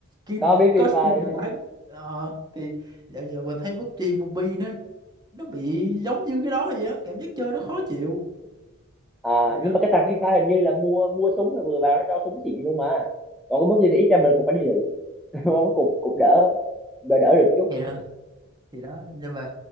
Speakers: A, on the right; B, in the centre.
A: skin
B: có biết Free
A: có skin
B: Fire
A: là thắng. Ờ, thì dạo giờ mình thấy PUBG Mobile nó nó bị giống như cái đó vậy á, cảm giác chơi nó khó chịu.
B: à
A: Thì đó.
B: nhưng mà cái thằng Free Fire hình như là mua mua súng là vừa vào nó cho súng xịn luôn mà còn cái mức gì thì ít ra mình
A: Ừ.
B: cũng phải đi lượm <laughs> cũng cũng cũng đỡ đỡ đỡ được chút
A: Thì đó, thì đó, nhưng mà